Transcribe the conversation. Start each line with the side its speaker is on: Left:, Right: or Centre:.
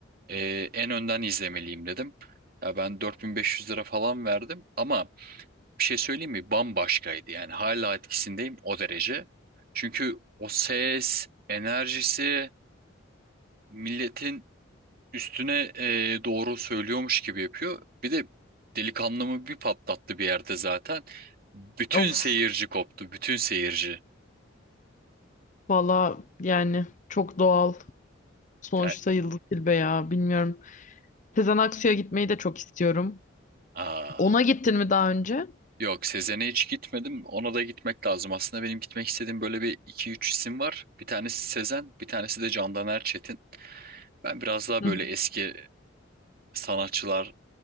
Right: E, en önden izlemeliyim dedim. Ya ben 4500 lira falan verdim ama bir şey söyleyeyim mi? Bambaşkaydı yani hala etkisindeyim o derece. Çünkü o ses, enerjisi, milletin üstüne e, doğru söylüyormuş gibi yapıyor. Bir de delikanlımı bir patlattı bir yerde zaten. Bütün
Left: of
Right: seyirci koptu. Bütün seyirci.
Left: Valla yani çok doğal. Sonuçta
Right: Yani,
Left: Yıldız Tilbe ya bilmiyorum. Sezen Aksu'ya gitmeyi de çok istiyorum.
Right: aa,
Left: Ona gittin mi daha önce?
Right: yok Sezen'e hiç gitmedim. Ona da gitmek lazım. Aslında benim gitmek istediğim böyle bir iki üç isim var. Bir tanesi Sezen, bir tanesi de Candan Erçetin. Ben biraz daha
Left: Hı.
Right: böyle eski sanatçılar